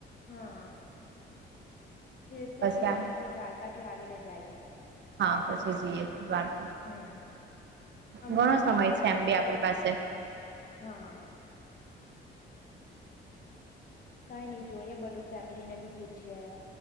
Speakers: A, on the left (about 45°); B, on the right (about 65°).
A: હ હિલ સ્ટેશન
B: પછી આ
A: ત્યાંથી દ્વારકા થી આવીને જઈએ
B: હા પછી જઈએ દ્વારકા
A: હમ હમણાં
B: ઘણો
A: તો
B: સમય
A: મેન દ્વારકા
B: છે એમ બી
A: પર
B: આપણી
A: જ
B: પાસે
A: ફોકસ હા. કઈ નહી જોઈએ બધું ફેમિલી ને ભી પૂછીએ